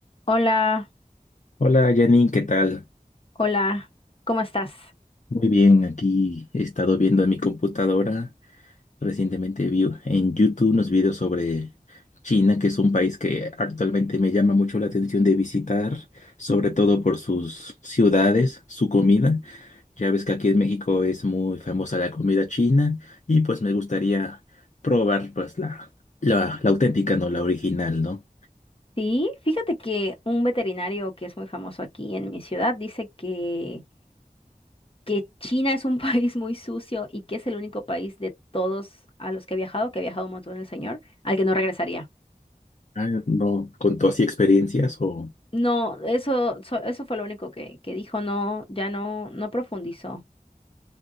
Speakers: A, on the left; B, on the left.
A: Hola,
B: Hola Janine, ¿qué tal?
A: hola, ¿cómo estás?
B: Muy bien, aquí he estado viendo en mi computadora. Recientemente vi en YouTube unos videos sobre China, que es un país que actualmente me llama mucho la atención de visitar, sobre todo por sus ciudades, su comida. Ya ves que aquí en México es muy famosa la comida china y pues me gustaría probar pues la, la, la auténtica, no la original, ¿no?
A: Sí, fíjate que un veterinario que es muy famoso aquí en mi ciudad dice que, que China es un <laughs> país muy sucio y que es el único país de todos a los que he viajado, que ha viajado un montón el señor, al que no regresaría.
B: Ah, ¿No contó así experiencias o...?
A: No, eso, so- eso fue lo único que, que dijo, no, ya no, no profundizó.